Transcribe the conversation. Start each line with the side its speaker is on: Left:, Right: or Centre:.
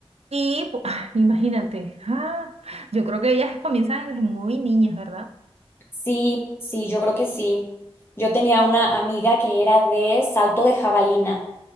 Right: Y pu- <laughs> ah, imagínate, ah, yo creo que ellas comienzan desde muy niñas, ¿verdad? <laughs>
Left: Sí, sí, yo creo que sí. Yo tenía una amiga que era de salto de jabalina